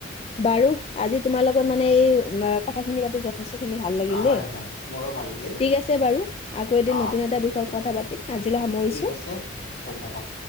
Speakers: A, on the left (about 30°); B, on the left (about 65°).
A: বাৰু আজি তোমাৰ লগত মানে এই কথাখিনি পাতি যথেষ্ট খিনি ভাল লাগিল
B: হয়,
A: দে
B: হয়, মোৰো ভাল লাগিল।
A: ঠিক আছে বাৰু আকৌ এদিন
B: অ',
A: নতুন এটা বিষয়ত কথা পাতিম আজিলৈ সামৰিছোঁ।
B: ঠিক আছে ধন্যবাদ।